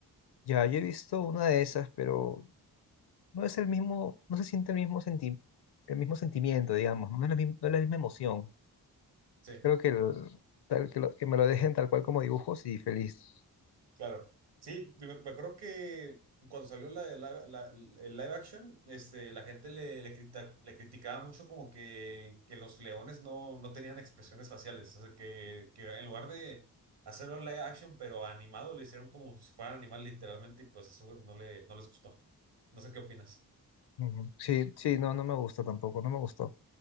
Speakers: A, on the left (about 70°); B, on the right (about 75°).
A: Ya, yo he visto una de esas, pero no es el mismo, no se siente el mismo senti- el mismo sentimiento, digamos, no es la, mi- no es la misma emoción.
B: Sí,
A: Creo que, el- tal, que, lo- que me lo dejen tal cual como dibujos y feliz.
B: claro. Sí, me, me acuerdo que cuando salió la, de live- la- el live action, este, la gente le, le, crita- le criticaba mucho como que, que los leones no, no tenían expresiones faciales. O sea, que, que en lugar de hacerlo live action, pero animado, lo hicieron como si fuera animal literalmente y pues eso no le, no les gustó. No sé qué opinas. <laughs>
A: Ujú. Sí, sí, no, no me gusta tampoco, no me gustó.